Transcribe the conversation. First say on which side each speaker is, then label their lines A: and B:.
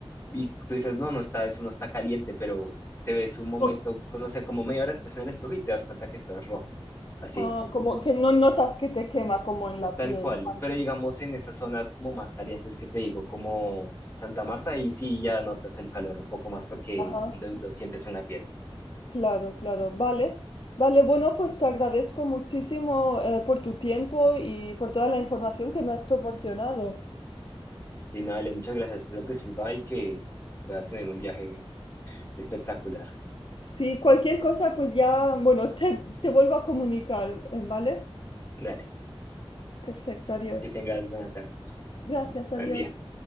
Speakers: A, on the left; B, on the left.
A: y tú dices, no, no está, eso no está caliente, pero te ves un momento,
B: o-
A: no sé, como media hora después en el espejo y te das cuenta que estás rojo. Así,
B: ah, como que no notas que te quema como en la
A: tal
B: piel.
A: cual.
B: Vale,
A: Pero digamos, en estas zonas como más calientes que te digo, como Santa Marta, ahí sí ya notas el calor un poco más porque
B: vale.
A: lo lo sientes en la piel.
B: Claro, claro. Vale. Vale, bueno, pues te agradezco muchísimo eh, por tu tiempo y por toda la información que me has proporcionado.
A: Y nada, Ale, muchas gracias. Espero te sirva y que puedas tener un viaje espectacular.
B: Si cualquier cosa, pues ya, bueno, te, te vuelvo a comunicar, eh, ¿vale?
A: Dale,
B: Perfecto, adiós.
A: que tengas buena tarde,
B: Gracias,
A: buen
B: adiós.
A: día.